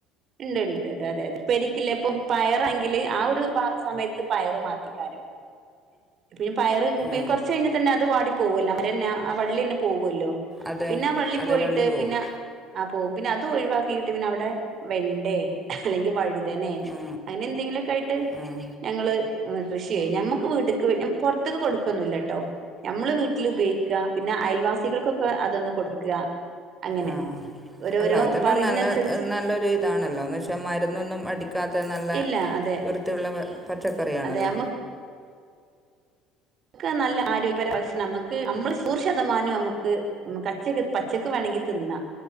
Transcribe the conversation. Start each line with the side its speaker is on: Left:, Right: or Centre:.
Right: ഇണ്ട്ണ്ട്ണ്ട് അതെയതെ ഉപ്പേരിക്ക് ഉള്ള ഇപ്പം പയറാണെങ്കില് ആ ഒരു സമയ ത്ത് പയറ് മാത്തിക്കാരും പിന്നെ പയറ്ണ്ട്
Centre: ആ
Right: കൊറച്ച് കഴിഞ്ഞാതന്നെ അത് വാടി പോവല്ലോ, ആ മരന്നെ ആ വള്ളിയെന്നെ പോവല്ലോ?
Centre: അതെ
Right: പിന്നാ വള്ളി
Centre: അതെ
Right: പോയിട്ട്
Centre: പോവും
Right: പിന്നെ ആഹ് പോകും, പിന്നെ അത് ഒഴിവാക്കിയിട്ട് പിന്നവിടെ വെണ്ടേ അല്ലെങ്കില് വഴുതനെ
Centre: ആ
Right: അങ്ങനെ എന്തെങ്കിലൊക്കായിട്ട്
Centre: ആ
Right: ഞങ്ങള് കൃഷി ചെയ്യും. ഞമ്മക്ക് വീട്ടക്ക് പൊറത്ത്ക്ക് കൊട് ക്കൊന്നില്ലാട്ടോ നമ്മള് വീട്ടില് ഉപയോഗിക്ക പിന്നെ അയൽവാസികൾക്കൊക്കെ അത്ന്ന് കൊട്ക്ക അങ്ങനെ
Centre: ആഹ്
Right: ഓരോരോ
Centre: അല്ല അതെല്ലാം
Right: പറിയുന്നതിനനുസരിച്ച്
Centre: നല്ല നല്ലൊരു ഇതാണല്ലോ എന്ന് വച്ചാൽ മരുന്നൊന്നും അടിക്കാത്ത നല്ല
Right: ഇല്ല അതെ
Centre: വൃത്തിയുള്ള പച്ചക്കറിയണല്ലോ?
Right: അതെ നമ്മക്ക് നമുക്ക് നല്ല ആരോഗ്യപരമായ ഭക്ഷണം ന. മുക്ക് നമ്മള് നൂറ് ശതമാനം നമുക്ക് നമക് അചേക്ക് പച്ചക്ക് വേണെങ്കി തിന്ന